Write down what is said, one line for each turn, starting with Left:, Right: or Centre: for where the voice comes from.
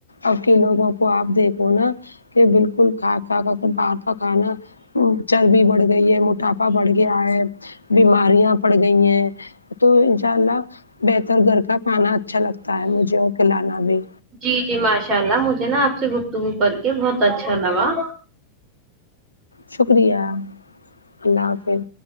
Left: اب کے لوگوں کو آپ دیکھو نا کہ بالکل کھا کھا کر باہر کا کھانا چربی بڑھ گئی ہے موٹاپا بڑھ گیا ہے بیماریاں بڑگئی ہیں تو انشاء اللہ بہتر گھر کا کھانا اچھا لگتا ہے مجھے اور کھلانا بھی
Right: جی جی ماشاء اللہ مجھے نا آپ سے گفتگو کر کے بہت اچھا لگا
Left: شکریہ اللہ حافظ